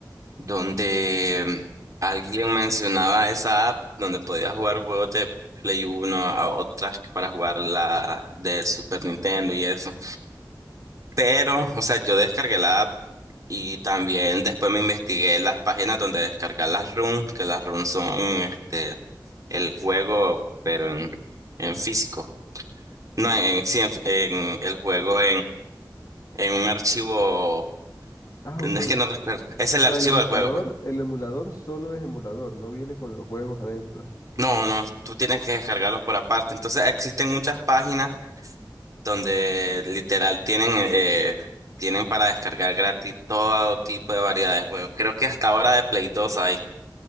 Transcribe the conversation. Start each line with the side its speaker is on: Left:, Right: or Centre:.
Right: donde alguien mencionaba esa app donde podías jugar juegos de Play uno a otras para jugar la de Super Nintendo y eso. Pero, o sea, yo descargué la app y también después me investigué las páginas donde descargar las ROM, que las ROM son este el juego, pero en, en físico. No, en, sí, en, en el juego en un archivo,
Left: Ah,
Right: no
Left: ok.
Right: es que no recuerdo, es
Left: O
Right: el
Left: sea,
Right: archivo
Left: el emulador,
Right: del juego, pues.
Left: el emulador solo es emulador, no viene con los juegos adentro.
Right: No, no, tú tienes que descargarlos por aparte. Entonces existen muchas páginas donde literal tienen, eh, tienen para descargar gratis todo tipo de variedad de juegos. Creo que hasta ahora de Play 2 hay.